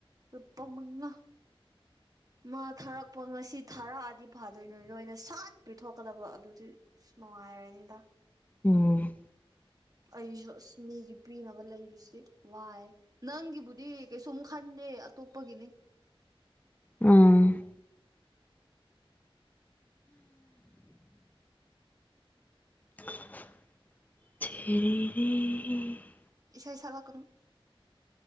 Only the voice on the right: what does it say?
ꯂꯨꯄꯥ ꯃꯉꯥ ꯃꯥ ꯊꯥꯔꯛꯄ ꯉꯁꯤ ꯊꯥꯔꯑꯗꯤ ꯐꯥꯗꯣꯏꯅꯣ ꯂꯣꯏꯅ ꯁꯠ ꯄꯤꯊꯣꯛꯀꯗꯕ ꯑꯗꯨꯗꯤ ꯅꯨꯉꯥꯏꯔꯅꯤꯗ
ꯑꯩꯖꯨ ꯑꯁ ꯃꯤꯒꯤ ꯄꯤꯅꯕ ꯂꯩꯕꯁꯤ ꯋꯥꯏ ꯅꯪꯒꯤꯕꯨꯗꯤ ꯀꯩꯁꯨꯝ ꯈꯟꯗꯦ ꯑꯇꯣꯞꯄꯒꯤꯅꯤ
ꯏꯁꯩꯥ ꯁꯛꯂꯛꯀꯅꯨ